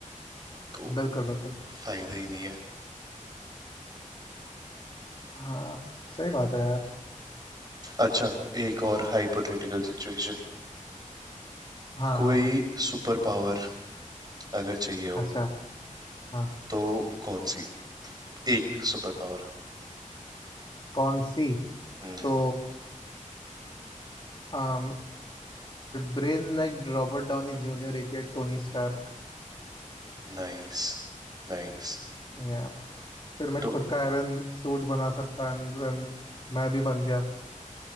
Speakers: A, on the right (about 30°); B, on the left (about 40°).
A: तो
B: बिल्कुल बिल्कुल
A: फायदा ही नहीं है
B: हाँ सही बात है यार
A: अच्छा एक और हाइपोथेटिकल सिचुएशन
B: हाँ
A: कोई
B: हाँ हाँ
A: सुपर पावर अगर चाहिए हो
B: अच्छा हाँ
A: तो कौन सी एक सुपर पावर
B: कौन सी
A: हम्म,
B: तो um, brain like Robert Downey Junior एक टोनी स्टार्क
A: नाइस नाइस
B: या फिर मैं
A: तो
B: खुद का आयरन सूट बना सकता and then मैं भी बन गया